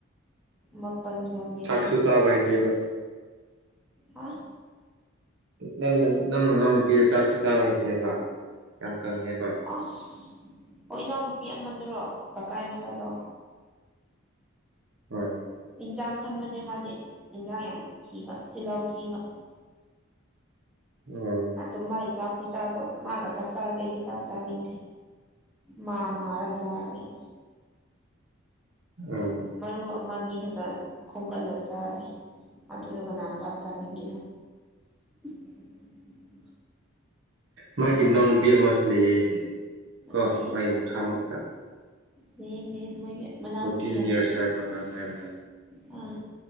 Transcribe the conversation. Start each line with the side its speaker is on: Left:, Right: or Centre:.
Centre: ꯃꯥꯄꯟꯒ ꯃꯤꯅꯤꯠ
Right: ꯆꯥꯛꯁꯨ ꯆꯥꯕ ꯍꯩꯇꯦꯕ
Centre: ꯍꯥ
Right: ꯅꯪꯅ ꯅꯪ ꯅꯅꯥꯎꯅꯨꯄꯤꯗ ꯆꯥꯛꯁꯨ ꯆꯥꯕ ꯍꯩꯇꯦꯕ ꯌꯥꯝ ꯀꯪꯉꯦꯕ
Centre: ꯑꯁ ꯑꯣ ꯏꯅꯥꯎꯅꯨꯄꯤ ꯑꯃꯗꯨꯔꯣ ꯀꯀꯥꯏ ꯃꯆꯥꯗꯣ
Right: ꯍꯣꯏ
Centre: ꯏꯟꯖꯥꯡ ꯈꯟꯕꯅꯦ ꯃꯥꯗꯤ ꯏꯟꯖꯥꯡ ꯌꯥꯝ ꯊꯤꯕ ꯆꯤꯜꯍꯥꯎ ꯊꯤꯕ
Right: <unintelligible>
Centre: ꯇꯨꯝ ꯃꯥꯥꯏ ꯆꯥꯛ ꯈꯨꯆꯥꯗꯣ ꯃꯥꯒ ꯆꯥꯛ ꯆꯥꯔꯗꯤ ꯑꯩꯗꯤ ꯆꯥꯛ ꯆꯥꯥꯅꯤꯡꯗꯦ ꯃꯥ <unintelligible> ꯂꯩ
Right: ꯎꯝ
Centre: ꯃꯔꯨ ꯑꯥꯃꯅꯤ ꯈꯗ ꯈꯣꯝꯒꯠꯂ ꯆꯥꯔꯂꯩ ꯑꯗꯨꯗ ꯀꯅꯥꯅ ꯆꯥꯛ ꯆꯥꯅꯤꯡꯒꯦꯔꯣ <inaudible>
Right: ꯃꯥꯒꯤ
Centre: ꯃꯥ
Right: ꯃꯅꯥꯎꯅꯨꯄꯤ ꯑꯃꯁꯨ ꯂꯩꯌꯦꯅꯦ ꯀꯣ
Centre: ꯂꯩꯌꯦ
Right: ꯃꯥꯒꯤ ꯃꯈꯥ
Centre: ꯑꯥ
Right: ꯃꯛꯇ
Centre: ꯂꯩꯌꯦ ꯂꯩꯌꯦ ꯃꯣꯏꯒꯤ ꯃꯅꯥꯎꯅꯨꯄꯤ
Right: ꯐꯣꯔꯇꯤꯟ
Centre: ꯌꯥꯝ
Right: ꯏꯌꯥꯔꯁ
Centre: ꯂꯩꯕꯅꯤ
Right: ꯍꯥꯏꯕ꯭ꯔ ꯃꯥꯥꯟ <unintelligible>
Centre: ꯑꯥ